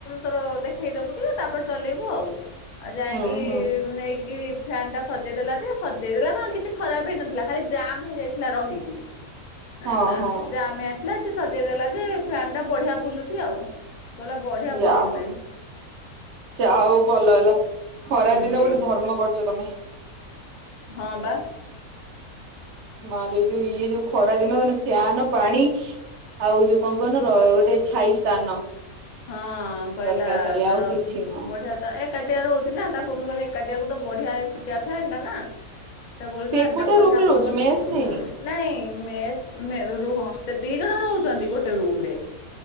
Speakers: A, on the left (about 50°); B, on the right (about 60°).
A: ତୋର ଦେଖେଇଦବୁ ଟିକେ ତାପରେ ଚଲେଇବୁ ଆଉ। ଅ ଯାଇଁକି
B: ହୁଁ ହୁଁ
A: ନେଇକି ଫ୍ୟାନ୍ ଟା ସଜେଇ ଦେଲା ଯେ ସଜେଇ ଦେଲା କଁ କିଛି ଖରାପ୍ ହେଇନଥିଲା ଖାଲି ଜାମ୍ ହେଇଯାଇଥିଲା ରହିକି। <inaudible> ହେଲା
B: ହଁ ହଁ
A: ଜାମ୍ ହେଇଆଇଥିଲା ସେ ସଜେଇ ଦେଲା ଯେ ଫ୍ୟାନ୍ ଟା ବଢିଆ ବୁଲୁଚି ଆଉ। କହିଲା ବଢିଆ
B: ଯା
A: ବୁଲୁଛି
B: ହଉ
A: ନାନୀ
B: ଚା ହଉ ଭଲ ହେଲା। ଖରା
A: ହୁଁ
B: ଦିନ ଗୋଟେ ଧର୍ମ କରୁଚ ତମେ।
A: ହଁ <inaudible>
B: ମାରେ ଯୋଉ ଇଏ ଯୋଉ ଖରା ଦିନ ମାନେ ଫ୍ୟାନ ପାଣି ଆଉ ଯୋଉ କଁ କହୁନ ର ଗୋଟେ ଛାଇ ସ୍ଥାନ।
A: ହଁ କହିଲା
B: ଦରକାର ଖାଲି
A: <unintelligible>
B: ଆଉ କିଛି ନୁହଁ।
A: ବଢିଆ ତ ଏ ଏକାଟିଆ ରହୁଚି ନା ତାକୁ ମୁଁ କହିଲି ଏକାଟିଆକୁ ତ ବଢିଆ ଏ ଛୋଟିଆ ଫ୍ୟାନ୍ ଟା ନା। ଟେବୁଲ୍
B: ସେ
A: ଫ୍ୟାନ୍
B: ଏକୁଟିଆ
A: ଟା ବଢିଆ
B: ରୁମ ରେ
A: ପବନ୍।
B: ରହୁଛି ମେସ୍ ନେଇନି କି
A: ନାଇଁ ମେସ୍ ମେ ରୁ ହଷ୍ଟେ ଦି ଜଣ ରହୁଛନ୍ତି ଗୋଟେ ରୁମ୍ ରେ।